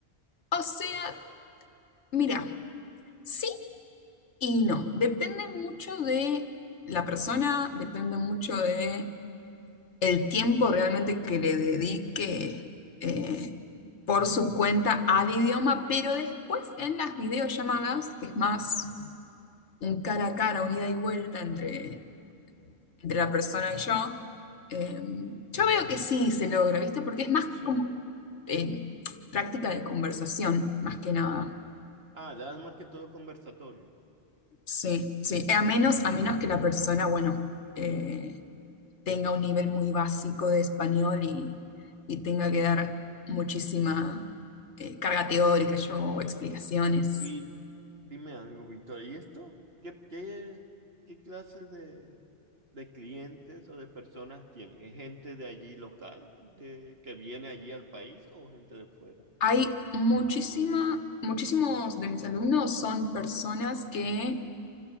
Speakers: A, on the left; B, on the right.
A: o sea, mira. Sí Y no, depende mucho de la persona, depende mucho de el tiempo realmente que le dedique eh, por su cuenta al idioma, pero después en las videollamadas, que es más un cara a cara, un ida y vuelta entre, entre la persona y yo, eh, yo veo que sí se logra, ¿viste? Porque es más
B: Sí.
A: como eh, práctica de conversación, más que nada.
B: Ah, das más que todo conversatorio.
A: Sí, sí, a menos, a menos que la persona, bueno, eh, tenga un nivel muy básico de español y, y tenga que dar muchísima eh, carga teórica yo, o explicaciones.
B: Y dime algo, Víctor, ¿y esto qué, qué, qué clase de, de clientes o de personas tiene? ¿Es gente de allí local, de, que viene allí al país o gente de fuera?
A: Hay muchísima, muchísimos de mis alumnos son personas que